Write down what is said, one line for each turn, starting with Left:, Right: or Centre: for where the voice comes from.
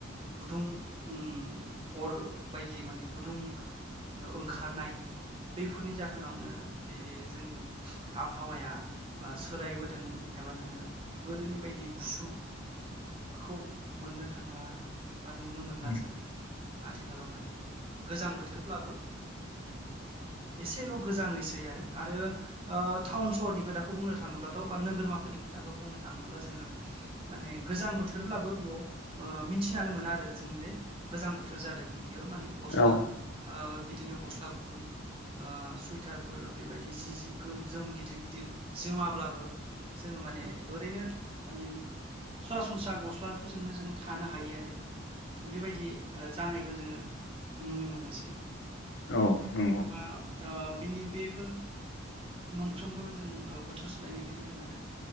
Right: गुदुं उम अर बायदि माने गुदुं ओंखारनाय बेफोरनि जाहोनावनो बे जोंनि आबहावाया सोलायबोदों एबा जोङो गोदोनि बायदि गुसु खौ मोननो थांला बा नुनो मोनला
Left: उम
Right: जोङो आथिखालाव माने गोजां बोथोरब्लाबो एसेल' गोजाङसै आरो आरो टाउन सहरनि खोथाखौ बुंनो थाङोब्लाथ' बा नोगोरमाफोरनि खोथाखौ बुंनो थाङोब्ला जोङो माने गोजां बोथोरब्लाबो बेयाव मिथिानो मोना आरो जों जे गोजां बोथोर फोर जादों बेयो माने गस्ला
Left: औ
Right: बिदिनो गस्ला गुदुं सुइटारफोर बेबायदि जि गोम जोम गिदिर गिदिर जोमाब्लाबो जोङो माने ओरैनो माने सरासनस्रा गस्लाफोरजोंनो जोङो थानो हायो आरो बेबायदि जानायखौ जोङो नुनो मोनोसै
Left: औ नंगौ
Right: हबा बिनि बेफोर मोनफ्रोमबो जों बोथोर सोलायनायखौनो होननांगोन